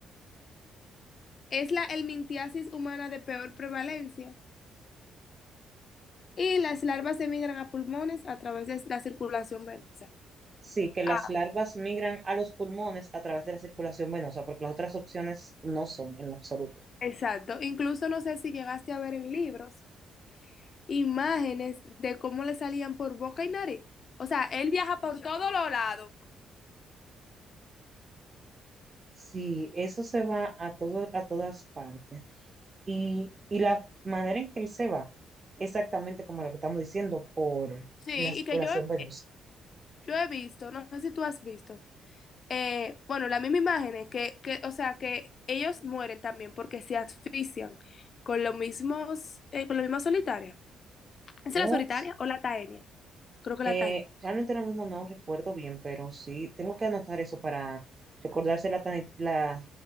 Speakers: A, on the left; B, on the right.
A: Es la helmintiasis humana de peor prevalencia. Y las larvas emigran a pulmones a través de la circulación venosa.
B: Sí, que las
A: Ah,
B: larvas migran a los pulmones a través de la circulación venosa, porque las otras opciones no son en lo absoluto.
A: exacto. Incluso no sé si llegaste a ver en libros imágenes de cómo le salían por boca y nariz. O sea, él viaja por Muchas todos los lados.
B: Sí, eso se va a todo, a todas partes. Y, y la manera en que él se va, exactamente como la que estamos diciendo, por
A: Sí,
B: la circulación
A: y que yo he,
B: venosa.
A: eh, yo he visto, no sé si tú has visto, eh, bueno, la misma imagen es que, que, o sea, que ellos mueren también porque se asfixian con los mismos, eh, con la misma solitaria. ¿Es
B: Oh,
A: la solitaria
B: sí.
A: o la taenia? Creo que
B: Eh,
A: la taenia.
B: realmente ahora mismo no recuerdo bien, pero sí, tengo que anotar eso para recordarse la, tani- la